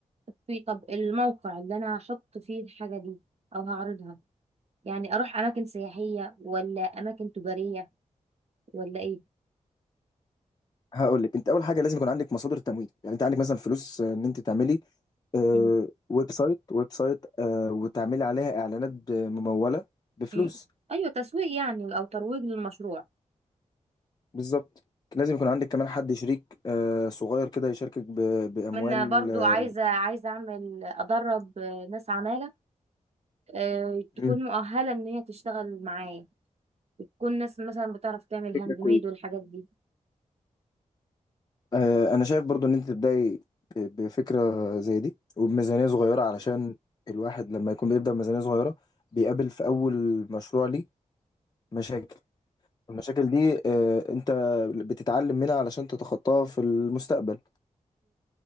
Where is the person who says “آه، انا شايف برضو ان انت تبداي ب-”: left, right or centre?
Left